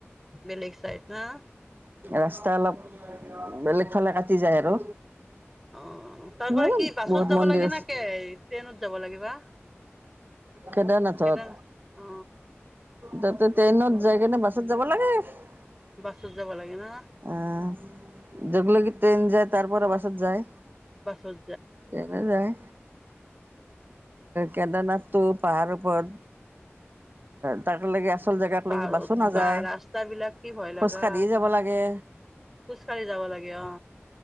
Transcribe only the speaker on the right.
ৰাস্তা অলপ বেলেগ ফালে কাটি যায় আৰু
সিমানে
বহুত
মন্দিৰ
আছে
কেদাৰনাথত
তাতে টেইনত যায় কেনে বাছত যাব লাগে। অ জৰলৈকে
ট্ৰেইন যাই আৰু তাৰ পৰা বছত যায়।
তেনে যায় কেদাৰনাথটো পাহাৰ ওপৰত তাক লাগে আছ আচল জেগাত
লৈছ বাছো নাযায়
খোজ
কাঢ়িব যাব লাগে।